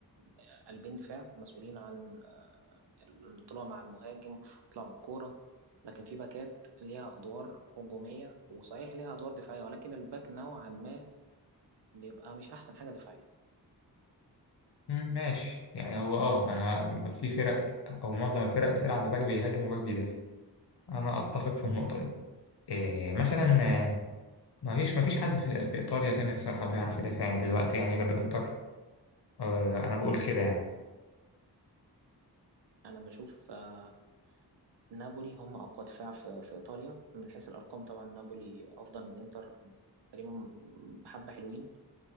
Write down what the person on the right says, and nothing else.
آه، قلبين دفاع مسؤولين عن آه، الطلوع مع المهاجم وطلع بالكورة لكن في باكات ليها أدوار هجومية وصحيح ليها أدوار دفاعية ولكن الباك نوعا ما بيبقى مش أحسن حاجة دفاعية
أنا بشوف آه، نابولي هم أقوى دفاع في, في إيطاليا من حيث الأرقام طبعا نابولي أفضل من إنتر تقريبا بحبة حلوين